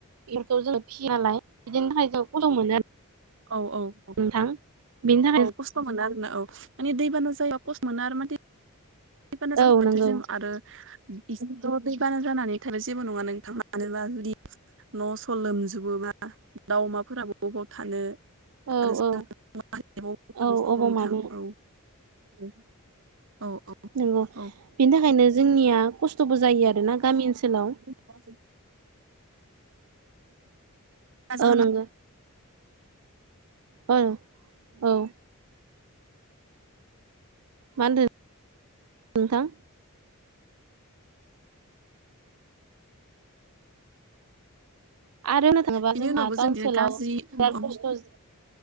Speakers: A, on the right; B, on the right.
A: बेफोरखौ जोङ फिसियोनालाय <inaudible> बिदिनि थाखाय ज' कस्त' मोनो <inaudible>
B: औ औ औ
A: नोंथां बेनि थाखाय
B: औ खस्थ' मोनो आरोना औ माने दैबाना जायोब खस्थ' मोनो आरो माने दैबाना जाबाथाय
A: औ नंगौ
B: जों आरो बिदिनो ज' दैबाना जानानै थ जेबो नङा नोंथाङा मानोबा जुदि <inaudible> न' स' लोमजोबोबा दाउ अमाफोरा बबबाव थानो आरो
A: औ औ
B: जों जायो नोंथां
A: औ अबाव मानो
B: औ <inaudible> औ औ
A: नंगौ
B: औ
A: बेनि थाखायनो जोंनिया खस्थ'बो जायो आरोना गामि ओनसोलाव
B: <inaudible> गाजा
A: ओ
B: हामना
A: नोंगो अ औ मा होनदो नोंथां आरो होननो थाङोबा
B: बिनि
A: जोंहा
B: उनावबो
A: टाउनसेलाव
B: जों बिदिनो गाज्रि
A: बिराद
B: औ
A: खस्थ' <inaudible>